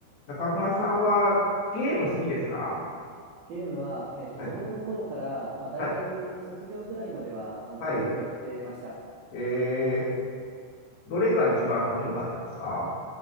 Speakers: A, on the left (about 50°); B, on the right (about 90°).
A: 中村さんはゲーム好きですか
B: はいゲームは、えっと、
A: はい。
B: 子供の頃から、まあ、大学卒業ぐらいまでは、
A: はい。
B: あの、
A: はい。
B: よくやってました。
A: えー、どれが一番面白かったですか